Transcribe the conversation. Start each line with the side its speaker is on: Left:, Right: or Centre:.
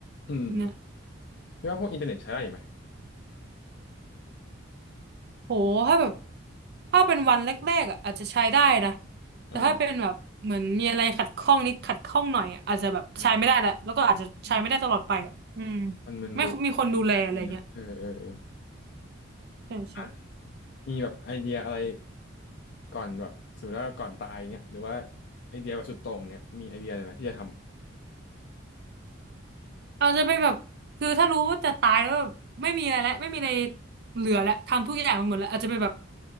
Left: อืมอืม
Right: เนี่ย
Left: คิดว่าพวกอินเทอร์เน็ตใช้ได้อยู่ไหม
Right: โหถ้าแบบถ้าเป็นวันแรกๆอ่ะอาจจะใช้ได้นะแต่ถ้าเป็นแบบเหมือนมีอะไรขัดข้องนิดขัดข้องหน่อยอะอาจจะแบบใช้ไม่ได้แหละแล้วก็อาจจะใช้ไม่ได้ตลอดไปอะอืม
Left: อ่าอ่าอืมมันมันดู
Right: ไม่มีคนดูแลอะไรเงี้ย
Left: ไม่มีเนาะเออเออเ
Right: ใช่ใช่
Left: ออ มีแบบไอเดียอะไรก่อนแบบสมมติว่าก่อนตายเงี้ยหรือว่าไอเดียแบบสุดโต่งเงี้ยมีไอเดียอะไรไหมที่จะทำ
Right: เราจะไปแบบคือถ้ารู้ว่าจะตายแล้วแบบไม่มีอะไรแล้วไม่มีอะไรเหลือแล้วทำทุกอย่างมันหมดแล้วอาจจะไปแบบ